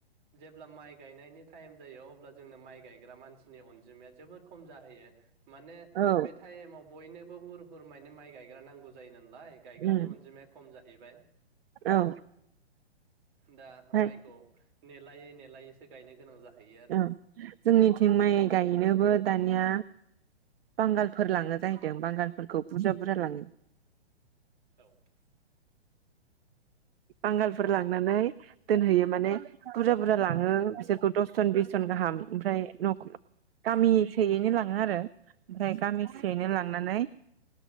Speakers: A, on the right; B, on the right.
A: जेब्ला माइ गायनायनि टाइम जायो अब्ला जोंनो माइ गायग्रा मानसि मानसिनि अनजिमाया जोबोद खम जाहैयो माने
B: औ
A: बे टाइमाव बयनोबो हुर फोरमायनो माइ गायग्रा नांगौ जायो नालाय गायग्रानि
B: उम
A: अनजिमाया खम जाहैबाय
B: औ
A: दा
B: ओमफ्राय
A: माइखौ नेलायै नेलायै गायनो गोनां जाहैयो आरो
B: औ जोंनिथिं माइ गायनोबो दानिया बांगालफोर लाङो जाहैदों बांगालफोरखौ बुरजा बुरजा लाङो
A: औ ।
B: बांगालफोर लांनानै दोनहैयो माने बुरजा बुरजा लाङो बिसोरखौ दस जन बिस जन गाहाम ओमफ्राय न'खौ गामिसेयैनो लाङो आरो ओमफ्राय गामिसेयैनो
A: उम
B: लांनानै